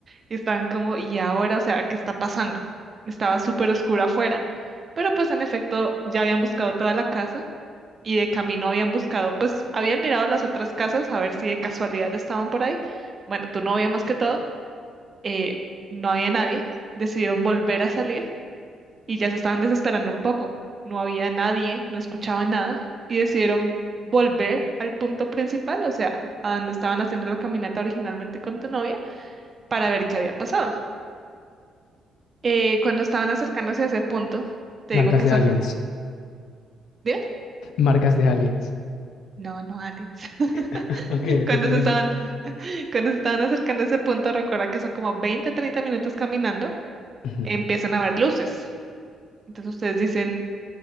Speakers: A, on the right; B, on the left.
A: Y estaban como, ¿y ahora? O sea, ¿qué está pasando? Estaba súper oscura afuera. Pero pues en efecto ya habían buscado toda la casa y de camino habían buscado, pues habían mirado las otras casas a ver si de casualidad estaban por ahí. Bueno, tu novia más que todo, eh, no había nadie. Decidieron volver a salir y ya se estaban desesperando un poco. No había nadie, no escuchaban nada y decidieron volver al punto principal, o sea, a donde estaban haciendo la caminata originalmente con tu novia, para ver qué había pasado. Eh, cuando estaban acercándose a ese punto, te
B: Marcas
A: digo que
B: de
A: son,
B: aliens.
A: ¿dime?
B: Marcas de aliens.
A: No, no aliens. <laughs>
B: <laughs> Ok,
A: Cuando
B: ok, perdóname.
A: se estaban, cuando se estaban acercando a ese punto, recuerda que son como 20, 30 minutos caminando,
B: Ujú.
A: empiezan a ver luces. Entonces ustedes dicen,